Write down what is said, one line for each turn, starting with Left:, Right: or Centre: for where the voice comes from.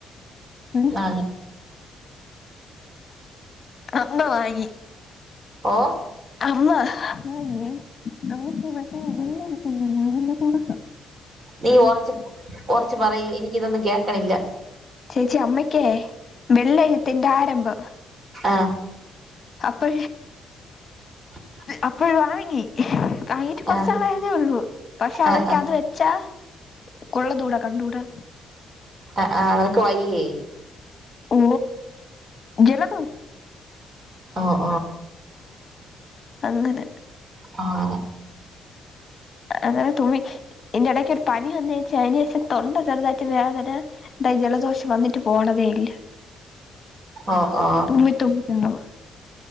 Left: എടി
Right: ആ
Left: അമ്മ വി
Right: ഓ
Left: അമ്മ ആയെ അമ്മക്ക മറ്റേ വള്ള ഇക്കണ്ടല്ല അ കൂടു
Right: നീ ഉറച്ച് ഉറച്ച് പറയി എനിക്ക ഇതൊന്നും കേക്കണില്ല
Left: ചേച്ചി അമ്മയ്ക്കേ വെള്ളെഴുത്തിന്റെ ആരംഭം
Right: ആഹ
Left: പ
Right: <unintelligible>
Left: അപ്പോഴ വാങ്ങി വാങ്ങീട്ട് കൊറച്ചാളായതേ
Right: ആഹ്
Left: ഉള്ളൂ പക്ഷെ അവർക്ക്
Right: ആഹ് ആഹ്
Left: അത് വെച്ചാ കൊള്ളതൂടാ കണ്ടൂടാ
Right: ആ ആ് നിനക്ക് വയ്യേ
Left: ഓ ജല ത
Right: ആഹ
Left: അങ്ങനെ
Right: ആഹ
Left: അങ്ങനെ തുമി എന്റെ ഇടയ്ക്ക്ൊ ഒരു പണി വന്നഴച്ചാ അതിനന്േഷം തൊണ്ട ചെറുതായിട്ട് വോദന എന്താ ജലദോഷം വന്നിട്ട് പോണതേ ഇല്ല
Right: ഓ ഓ
Left: തുമ്മി തുമ്മിട്ടാവും